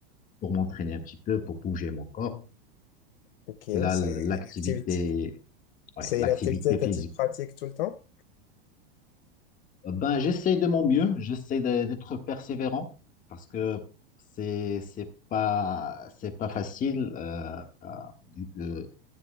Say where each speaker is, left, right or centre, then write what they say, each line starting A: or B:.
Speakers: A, on the left (about 25°); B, on the left (about 70°).
A: pour m'entraîner un petit peu, pour bouger mon corps.
B: Ok,
A: Et là,
B: c'est
A: l'activité,
B: une activité,
A: ouais,
B: c'est
A: l'activité
B: une activité que
A: physique.
B: tu pratiques tout le temps?
A: Euh, Ben, j'essaie de mon mieux, j'essaie d'e- d'être persévérant parce que c'est, c'est pas, c'est pas facile, euh, euh, vu que